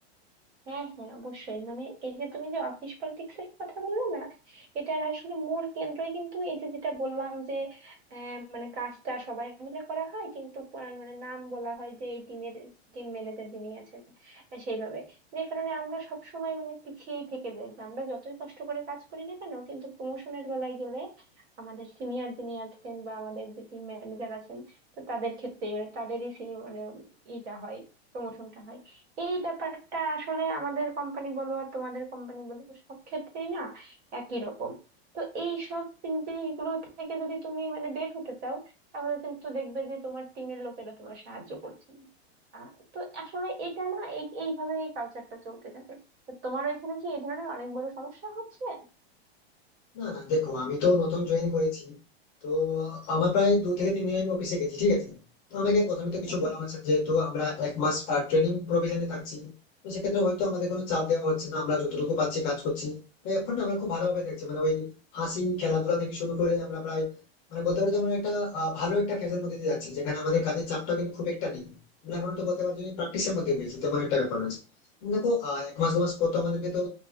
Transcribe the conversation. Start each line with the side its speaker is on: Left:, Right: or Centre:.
Right: হ্যাঁ হ্যাঁ অবশ্যই মানে এই যে তুমি যে অফিস পলিটিক্স এর কথা বললে না এটার আসলে মূল কেন্দ্রই কিন্তু এই যে যেটা বললাম যে আহ, মানে কাজটা সবাই মিলে করা হয় কিন্তু প- মানে নাম বলা হয় যে এই টিমের টিম ম্যানেজার যিনি আছেন আহ, সেইভাবে যে কারণে আমরা সব সময় মানে পিছিয়েই থেকে যাই যে আমরা যতই কষ্ট করে কাজ করি না কেন কিন্তু প্রমোশনের বেলায় গেলে আমাদের সিনিয়র যিনি আছেন বা আমাদের যে টিম ম্যানেজার আছেন তো তাদের ক্ষেত্রেই মানে তাদেরই সে- মানে ইটা হয় প্রমোশনটা হয় এই ব্যাপারটা আসলে আমাদের কোম্পানি বলো আর তোমাদের কোম্পানি বলো সব ক্ষেত্রেই না একই রকম তো এই সব জিনিসগুলো থেকে যদি তুমি মানে বের হতে চাও তাহলে কিন্তু দেখবে যে তোমার টিমের লোকেরা তোমার সাহায্য করছে না। আহ, তো আসলে এটা না এই এইভাবে এই কালচারটা চলতে থাকে তো তোমার এখানে কি এই ধরনের অনেক বড় সমস্যা হচ্ছে
Left: না না দেখো আমি তো নতুন জয়েন করেছি তো আমার প্রায় দু থেকে তিন দিন আমি অফিসে গেছি ঠিক আছে তো আমাকে প্রথমে তো কিছু
Right: হুম,
Left: বলা হচ্ছে না, যেহেতু আমরা এক মাস ট্রেনিং প্রভিজনে থাকছি তো সেক্ষেত্রে হয়তো আমাদের কোনো চাপ দেওয়া হচ্ছে না আমরা যতটুকু পাচ্ছি কাজ করছি তো এখন আমরা খুব ভালোভাবে দেখছি মানে ওই হাসি খেলাধুলা থেকে শুরু করে আমরা প্রায় মানে বলতে পারো যে আমরা একটা আহ, ভালো একটা ফেজের মধ্যে দিয়ে যাচ্ছি যেখানে আমাদের কাজের চাপটা কিন্তু খুব একটা নেই আমরা এখন তো বলতে পারছি প্র্যাকটিসের মধ্যে রয়েছে তেমন একটা ব্যাপার রয়েছে দেখো আহ, এক মাস দু মাস পর তো আমাদেরকে তো